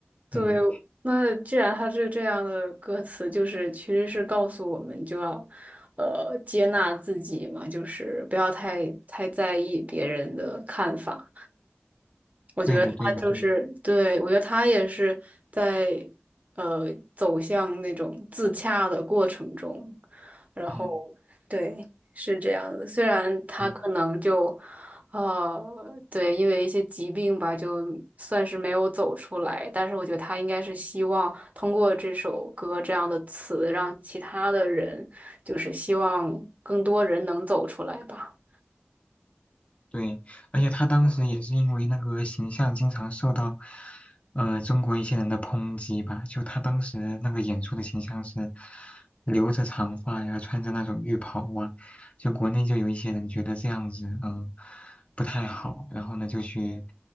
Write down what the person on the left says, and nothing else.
嗯，
对的，对的，对的，
嗯。
对。
对，而且他当时也是因为那个形象经常受到，呃，中国一些人的抨击吧。就他当时那个演出的形象是留着长发呀，穿着那种浴袍啊，就国内就有一些人觉得这样子，嗯，不太好，然后呢就去，